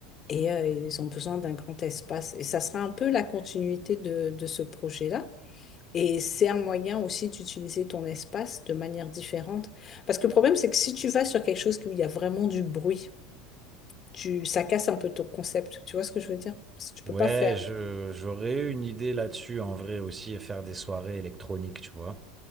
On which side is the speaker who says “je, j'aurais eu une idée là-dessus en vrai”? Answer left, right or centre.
Right